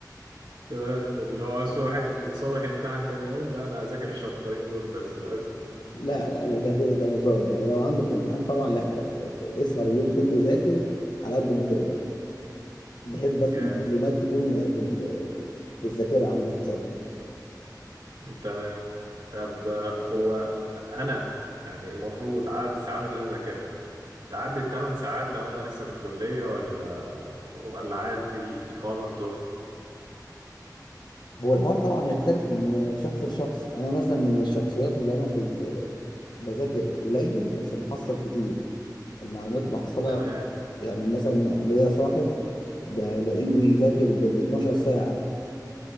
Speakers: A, on the right; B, on the left.
A: تمام اللي هو بس واحد الصبح يمتحن تاني يوم لا انا هذاكر الشابترين دول بس بس
B: لا لا لا، ده كده ده هزار ده لو عندك امتحان طبعا لا اسهر اليوم كله ذاكر على قد ما تقدر بحيث بس
A: جامد
B: المعلومات تكون في ال- في الذاكره عندك مش اكتر
A: تمام طب آه، هو انا يعني المفروض عدد الساعات اللي انا ذاكرها تعدي الثمان ساعات لو انا لسه في الكلية ولا ولا عادي الحوار مفتوح
B: هو الحوار طبعا يختلف من شخص لشخص انا مثلا من الشخصيات اللي انا كنت بذاكر قليل بس بحصل كتير المعلومات بحصلها
A: تمام
B: يعني مثلا ليا صاحب بلاقيه بيذاكر بال 12 ساعة